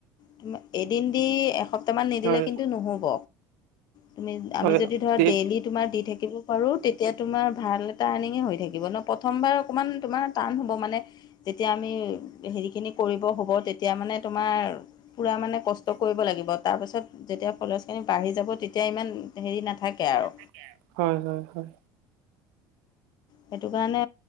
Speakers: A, on the left (about 45°); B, on the right (about 80°).
A: তুমি এদিন দি এসপ্তাহ মান নিদিলে
B: হয়
A: কিন্তু নহ'ব। তুমি, আমি
B: হয়
A: যদি ধৰা
B: ঠিক
A: ডেইলি তোমাৰ দি থাকিব পাৰোঁ, তেতিয়া তোমাৰ ভাল এটা আৰ্নিঙে হৈ থাকিব ন! প্ৰথমবাৰ অকণমান তোমাৰ টান হ'ব মানে, যেতিয়া আমি হেৰিখিনি কৰিব হ'ব, তেতিয়া মানে তোমাৰ পুৰা মানে কষ্ট কৰিব লাগিব। তাৰ পাছত যেতিয়া ফলোৱাৰ্ছ খিনি বাঢ়ি যাব, তেতিয়া ইমান হেৰি নাথাকে আৰু।
B: ঠিকে হয়, হয়, হয়।
A: সেইটো কাৰণে